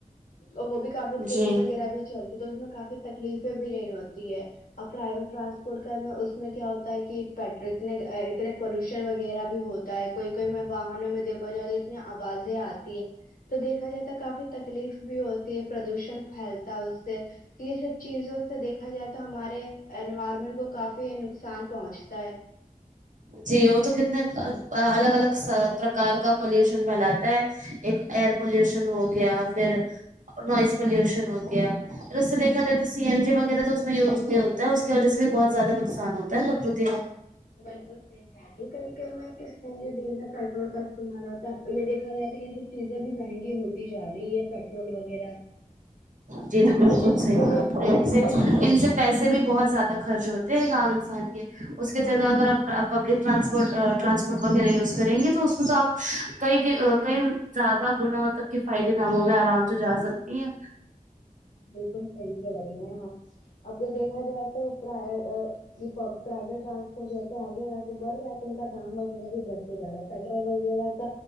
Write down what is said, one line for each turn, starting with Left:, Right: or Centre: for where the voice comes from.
Left: اور وہ بھی کافی تیز
Right: جی
Left: وغیرہ بھی چلتی ہے تو اس میں کافی تکلیفیں بھی نہیں ہوتی ہے آ پرائیویٹ ٹرانسپورٹ کا اس میں کیا ہوتا ہے کی پیٹرک نے اتنے پولوشن اونچاںی وغیرہ بھی ہوتا ہے کوئی کوئی میں واہنوں میں دیکھا جائے تو اتنی آوازیں آتی ہے تو دیکھا جاتا ہے کافی تکلیف بھی ہوتی ہے پردوشن پھیلتا ہے اس سےکی یہ سب چیزوں سے دیکھا جائے تو ہمارے انوائرمنٹ کو کافی نقصان پہنچتا ہے
Right: جی وہ تو کتنے الگ الگ پرکار کا پولوشن پھیلاتا ہے ایک ایئر پولوشن ہو گیا پھر نوائز پولوشن ہو گیا اس سے دیکھا جائے تو سی این جی وغیرہ تو اس میں یوز نہیں ہوتا ہے اس کی وجہ سے بھی بہت زیادہ نقصان ہوتا ہے پرکرتی کو
Left: بالکل صحیح کہہ رہی یہ کہیں کہیں میں کس می ڈیزل پیٹرول کا استعمال ہوتا ہے یہ دیکھا جائے کہ یہ سب چیزیں بھی مہنگی ہوتی جا رہی ہے پیٹرول وغیرہ
Right: جی تو بالکل
Left: اور جس کی
Right: صحیح کہا
Left: وجہ
Right: آپ نے ان
Left: پرائیویٹ
Right: سے ان سے پیسے بھی بہت زیادہ خرچ ہوتے ہیں ایک عام انسان کے اس کی جگہ اگر آپ پبلک ٹرانسپورٹ وغیرہ یوز کریں گے تو اس میں تو آپ کئی کئی زیادہ گنا تب کے فائدے داموں میں آرام سے جا سکتی ہیں
Left: بالکل صحیح کہہ رہی ہیں آپ اب دیکھا جائے تو پر ہے یہ پرائیویٹ ٹرانسپورٹ جیسے آگے آگے بڑ رہا ان کا دام وغیرہ بھی بڑت جا رہا ہے پیٹرول وغیرہ کا